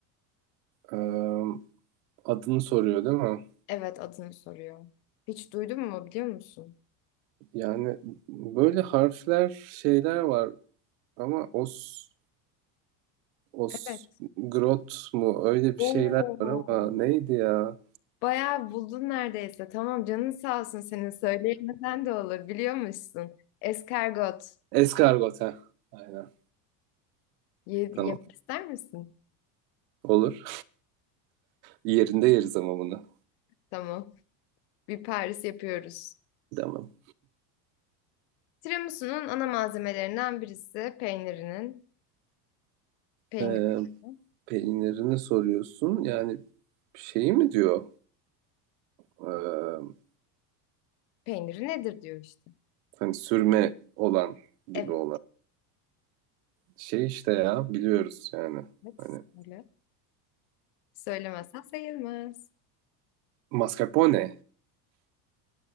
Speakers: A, on the right; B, on the left.
A: Ee, adını soruyor değil mi?
B: Evet adını soruyor. Hiç duydun mu biliyor musun?
A: Yani böyle harfler, şeyler var ama os, os,
B: Evet.
A: grot mu öyle bir şeyler
B: Oo.
A: var ama neydi ya?
B: Bayağı buldun neredeyse. Tamam canın sağ olsun senin söyleyemesen de olur biliyormuşsun. Eskargot.
A: Eskargot ha. Aynen.
B: Ye
A: Tamam.
B: yemek ister misin?
A: Olur. Yerinde yeriz ama bunu.
B: Tamam. Bir Paris yapıyoruz.
A: Tamam.
B: Tiramisu'nun ana malzemelerinden birisi peynirinin. Peynir,
A: Ee,
B: yani.
A: peynirini soruyorsun. Yani şeyi mi diyor? Ee,
B: peyniri nedir diyor işte.
A: hani sürme olan gibi
B: Evet.
A: olan. Şey işte ya biliyoruz yani.
B: Evet.
A: Hani
B: Söyle. Söylemezsen sayılmaz.
A: mascarpone,